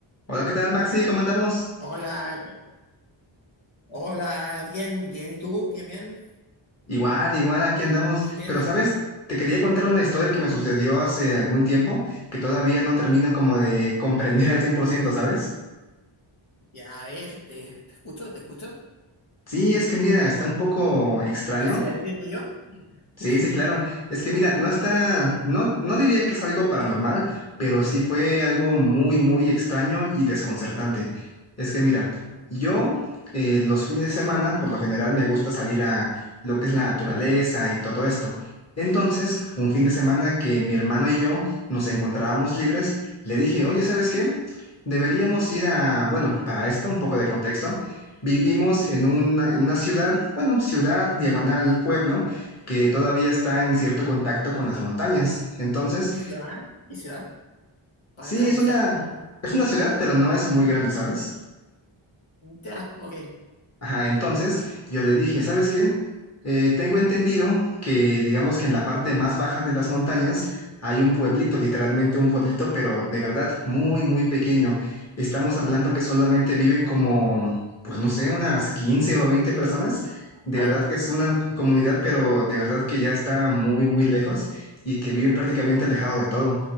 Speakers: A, on the left; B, on the left.
A: Hola, ¿qué tal, Maxi? ¿Cómo andamos?
B: Hola, hola, bien, bien, ¿y tú? Bien, bien,
A: Igual, igual, aquí andamos.
B: bien, bien
A: Pero,
B: acá.
A: ¿sabes? Te quería contar una historia que me sucedió hace algún tiempo que todavía no termino como de <laughs> comprender al 100%, ¿sabes?
B: Ya, a ver, te, te escucho, te escucho.
A: Sí, es que mira, está un poco extraño
B: A ver si la entiendo yo.
A: Sí,
B: <laughs>
A: sí, claro. Es que mira, no está, no, no diría que es algo paranormal, pero sí fue algo muy, muy extraño y desconcertante. Es que mira, yo eh, los fines de semana, por lo general, me gusta salir a lo que es la naturaleza y todo esto. Entonces, un fin de semana que mi hermano y yo nos encontrábamos libres, le dije, oye, ¿sabes qué? Deberíamos ir a, bueno, para esto, un poco de contexto. Vivimos en una, en una ciudad, bueno, ciudad, diagonal, pueblo que todavía está en cierto contacto con las montañas. Entonces,
B: ¿Qué ciudad? ¿Qué ciudad? Para
A: sí, es
B: ubicarte.
A: una, es una ciudad, pero no es muy grande, ¿sabes?
B: Ya, ok.
A: Ajá, entonces yo le dije, ¿sabes qué? Eh, tengo entendido que digamos que en la parte más baja de las montañas hay un pueblito, literalmente un pueblito, pero de verdad muy, muy pequeño. Estamos hablando que solamente viven como, pues no sé, unas 15 o 20 personas. De
B: Ahí.
A: verdad que es una comunidad, pero de verdad que ya está muy, muy lejos y que viven prácticamente alejado de todo.